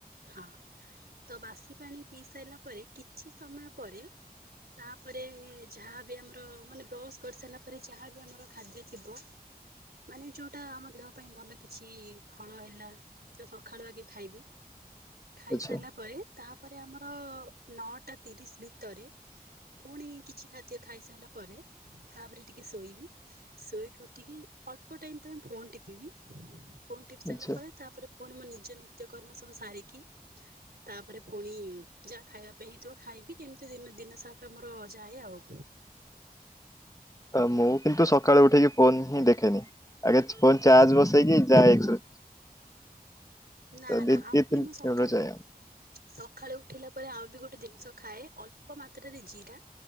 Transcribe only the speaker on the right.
ହଁ ତ ବାସି ପାଣି ପିଇ ସାଇଲା ପରେ କିଛି ସମୟ ପରେ ତାପରେ ଯାହାବି ଆମର ମାନେ ବ୍ରଶ କରି ସାରିଲା ପରେ ଯାହାବି ଆମର ଖାଦ୍ୟ ଥିବ ମାନେ ଯଉଟା ଆମ ଦେହ ପାଇଁ ଭଲ କିଛି ଫଳ ହେଲା ତା ସକାଳୁ ଆଗେ ଖାଇବି। ଖାଇସାରିଲା
ପରେ ତାପରେ ଆମର ନଅଟା ତିରିଶ ଭିତରେ ପୁଣି କିଛି ଖାଦ୍ୟ ଖାଇସାରିଲା ପରେ ପରେ ତାପରେ ଟିକେ ଶୋଇବି। ଶୋଇକି ଉଠିକି ଅଳ୍ପ ଟାଇମ ପାଇଁ ଫୋନ ଟିପିବି ଫୋନ ଟିପି ସାରିଲା
ପରେ ତାପରେ ପୁଣି ମୋ ନିଜ ନିତ୍ୟକର୍ମ ସବୁ ସାରିକି ତାପରେ ପୁଣି ଯାହା ଖାଇବା ପାଇଁ ହେଇଥିବ ଖାଇବି ଏମିତି ଦିନ ଦିନ ସାକ ଆମର ଯାଏ ଆଉ।
ନା
ନା ଆଉ
କି
ମୁଁ ସକାଳୁ
ସକାଳୁ ଉଠିଲା ପରେ ଆଉ ବି ଗୋଟେ ଜିନିଷ ଖାଏ ଅଳ୍ପ ମାତ୍ରାରେ ଜିରା।